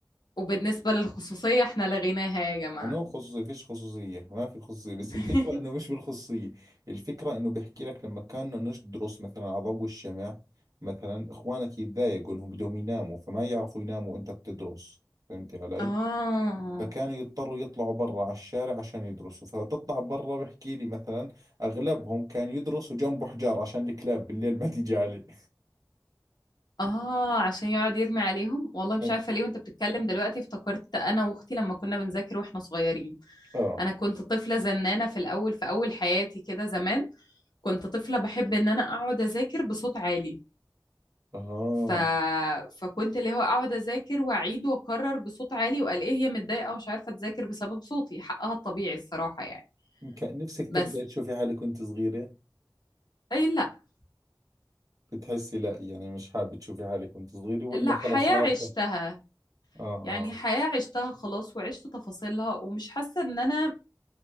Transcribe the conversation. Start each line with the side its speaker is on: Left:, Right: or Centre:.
Left: وبالنسبة للخصوصية احنا لغيناها يا جماعة
Right: انا خصوصي فيش خصوصيه ما في خصوصيه بس
Left: <laughs>
Right: الفكره انه مش بالخصوصيه الفكره انه بحكي لك لما كنا ندرس مثلا على ضوء الشمع مثلا اخوانك يتضايقوا انهم بدهم يناموا فما يعرفوا يناموا وانت بتدرس فهمتي علي
Left: اه
Right: فكانوا يضطروا يطلعوا برا على الشارع عشان يدرسوا فتطلع برا بحكي لي مثلا اغلبهم كان يدرسوا جنبه حجار عشان الكلاب بالليل ما تيجي عليه
Left: اه عشان يقعد يرمي عليهم والله مش
Right: <laughs>
Left: عارفة ليه وانت بتتكلم دلوقتي افتكرت انا واختي لما كنا بنذاكر واحنا صغيرين
Right: اه
Left: انا كنت طفلة زنانة في الاول في اول حياتي كده زمان كنت طفلة بحب ان انا اقعد اذاكر بصوت عالي
Right: اه
Left: ف... فكنت اللي هو اقعد اذاكر واعيد واكرر بصوت عالي وقال ايه هي متضايقة ومش عارفة تذاكر بسبب صوتي حقها الطبيعي الصراحة يعني
Right: كان نفسك
Left: بس
Right: ترجع تشوفي حالك وانت صغيرة
Left: اي لا
Right: بتحسي لا يعني مش حابة تشوفي حالك وانت صغيرة ولا
Left: لا
Right: خلص
Left: حياة
Right: عارفة
Left: عشتها
Right: اه اه
Left: يعني حياة عشتها خلاص وعشت تفاصيلها ومش حاسة ان انا